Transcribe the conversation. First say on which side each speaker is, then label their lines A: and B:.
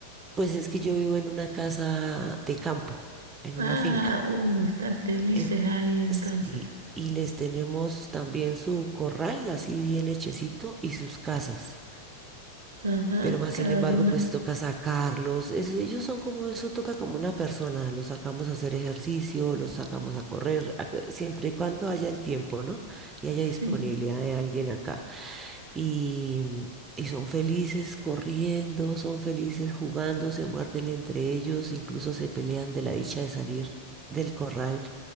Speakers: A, on the right; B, on the right.
A: Pues es que yo vivo en una casa de campo, en
B: Ah,
A: una finca.
B: uh, están felices
A: En-
B: ahí entonces.
A: sí, y les tenemos también su corral, así bien hechecito, y sus casas
B: Ajá,
A: pero más
B: cada
A: sin embargo,
B: uno.
A: pues toca sacarlos. Es- ellos son como eso, toca como una persona. Los sacamos a hacer ejercicio, los sacamos a correr, a- siempre y cuando haya el tiempo, ¿no? Y haya disponibilidad
B: Sí,
A: de alguien acá. Y, y son felices corriendo, son felices jugando, se muerden entre ellos, incluso se pelean de la dicha de salir del corral